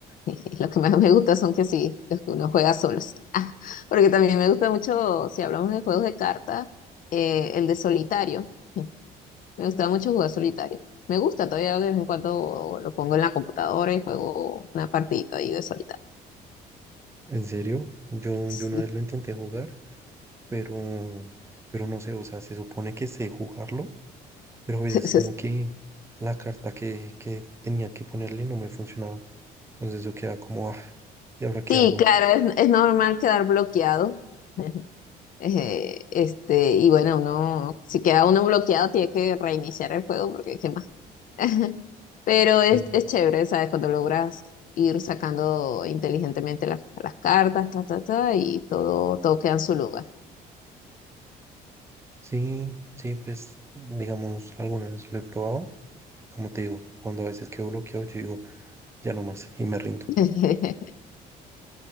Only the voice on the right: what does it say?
En serio, yo,
yo una vez lo intenté jugar, pero, pero no sé, o sea, se supone que sé jugarlo, pero a veces
como que la carta que, que tenía que ponerle no me funcionaba. Entonces yo quedaba como, ah, ¿y ahora qué
hago?
Sí,
sí, sí, pues digamos, alguna vez lo he probado, como te digo, cuando a veces quedo bloqueado, yo digo, ya no más, y me rindo.